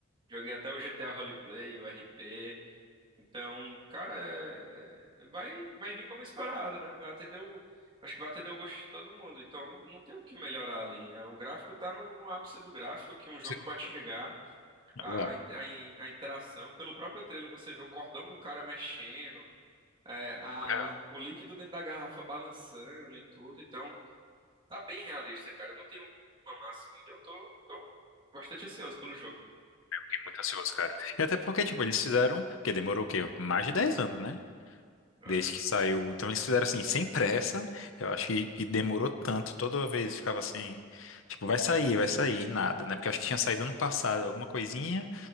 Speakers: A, on the right (about 25°); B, on the left (about 80°).
A: joguei até o GTA Roleplay, o RP. Então, cara, é- é- vai vai vir como esperado, né? Vai atender o acho que vai atender o gosto de todo mundo. Então, não, não tem o que melhorar ali. É, O gráfico tá no, no ápice do gráfico que um jogo
B: Sim.
A: pode chegar.
B: Exato.
A: A, a, in- a in- a interação, pelo próprio trailer você vê o cordão do cara mexendo, é, a,
B: É, eu
A: o líquido dentro da garrafa balançando e tudo, então tá bem realista, cara. Não tenho o que reclamar assim, eu tô, tô bastante ansioso pelo jogo.
B: fiquei muito ansioso, cara. E até porque, tipo, eles fizeram, porque demorou o quê? Mais de 10 anos, né?
A: É,
B: Desde que saiu. Então eles fizeram assim, sem pressa. Eu acho que e demorou tanto. Toda vez ficava assim, tipo, vai sair, vai sair, e nada, né? Porque eu acho que tinha saído ano passado alguma coisinha,